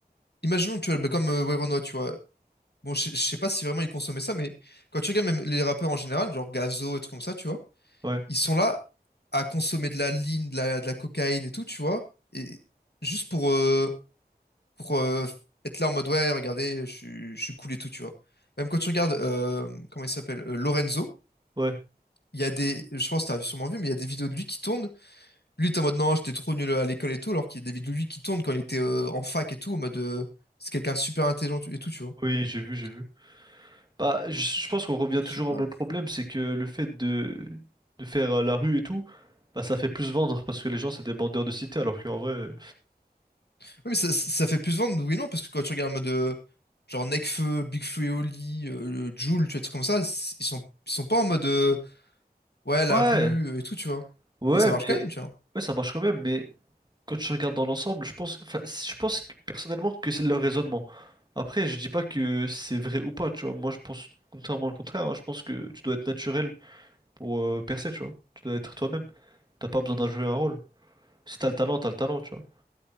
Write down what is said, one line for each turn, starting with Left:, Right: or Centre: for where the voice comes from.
Left: imaginons, que tu vois, bah, comme euh, Werenoi, tu vois. Bon, je je sais pas si vraiment ils consommaient ça, mais quand tu regardes même les rappeurs en général, genre Gazo et trucs comme ça, tu vois,
Right: ouais,
Left: ils sont là à consommer de la ligne, de la, de la cocaïne et tout, tu vois. Et juste pour. euh, pour euh, être là en mode ouais, regardez, je suis, je suis cool et tout, tu vois. Même quand tu regardes, euh, comment il s'appelle, euh, Lorenzo,
Right: ouais.
Left: il y a des, je pense que t'as sûrement vu, mais il y a des vidéos de lui qui tournent. Lui, t'es en mode non, j'étais trop nul à l'école et tout, alors qu'il y a des vidéos de lui qui tournent quand il était euh, en fac et tout, en mode euh, c'est quelqu'un de super intelligent et tout, tu vois.
Right: Oui, j'ai vu,
Left: Ok,
Right: j'ai vu. Bah, je, je pense qu'on revient
Left: Je
Right: toujours
Left: sais pas.
Right: au même problème, c'est que le fait de de faire euh, la rue et tout, bah ça fait plus vendre parce que les gens c'est des bandeurs de cité, alors qu'en vrai, euh,
Left: Oui, mais ça, ça fait plus vendre, oui et non, parce que quand tu regardes en mode euh, genre Nekfeu, Big Flo et Oli, euh, Jul, tu vois, des trucs comme ça, ils sont, ils sont pas en mode euh, ouais, la
Right: ouais,
Left: rue euh, et tout, tu vois.
Right: ouais,
Left: Et ça marche
Right: mais
Left: quand même, tu vois.
Right: ouais, ça marche quand même. Mais quand je regarde dans l'ensemble, je pense, enfin, je pense que- personnellement que c'est leur raisonnement. Après, je dis pas que c'est vrai ou pas, tu vois. Moi, je pense contrairement au contraire. hein, je pense que tu dois être naturel pour euh, percer, tu vois. Tu dois être toi-même. T'as pas besoin d'en jouer un rôle. Si t'as le talent, t'as le talent, tu vois.